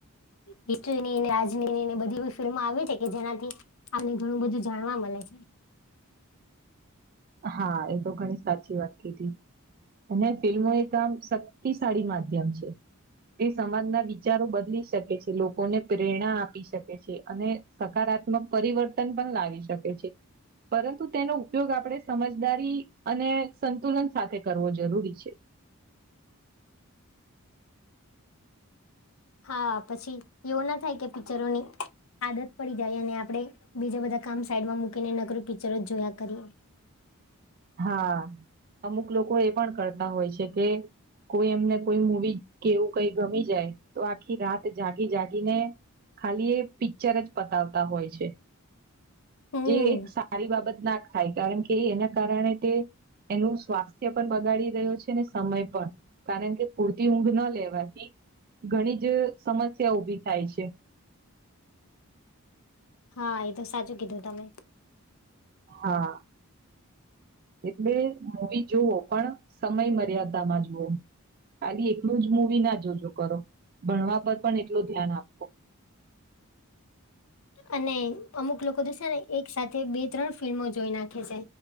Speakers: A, on the left (about 65°); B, on the right (about 40°).
A: હિસ્ટની રાજનીની ને બધી બધી ફિલ્મ આવી છે કે જેનાથી. અનેન એટલું બધું જાણવા મળે છે.
B: હા એ તો ઘણી સાચી વાત કીધી અને ફિલ્મો એક આમ શક્તિશાળી માધ્યમ છે. તે સમાજના વિચારો બદલી શકે છે લોકો લોકોને પ્રેરણા આપી શકે છે અને સકારાત્મક પરિવર્તન પણ લાવી શકે છે. પરંતુ તેનો ઉપયોગ આપણે સમજદારી અને સંતુલન સાથે કરવો જરૂરી છે.
A: હા પછી એવું ના થાય કે પિક્ચરોની આદત પડી જાય અને આપણે બીજા બધા કામ સાઈડમા મૂકીને નગર પિક્ચરો જોયા કરીએ
B: હા અમુક લોકો એ પણ કરતા હોય છે કે કોઈ એમને કોઈ મવી કેવું કઈ ગમી જાય તો આખી રાત જાગી જાગીને ખાલી એ પિક્ચર જ પતાવતા હોય છે.
A: હમ
B: જે એક સારી બાબત ના થાય કારણ કે એના કારણે તે એનું સ્વાસ્થ્ય પણ બગાડી રહ્યો છેને સમય પણ કારણ કે પૂરતી ઊંઘ ન લેવાથી ઘણી જ સમસ્યા ઊભી થાય છે.
A: હા એ તો સાચું કીધું તમે
B: હા એટલે મૂવી જુઓ પણ સમય મર્યાદામાં જુઓ. ખાલી એકલું જ મુવી ના જોજો કરો ભણવા પર પણ એટલું ધ્યાન આપો
A: અને અમુક લોકો તો છને, એક સાથે બે ત્રણ ફિલ્મો જોઈ નાખે છે.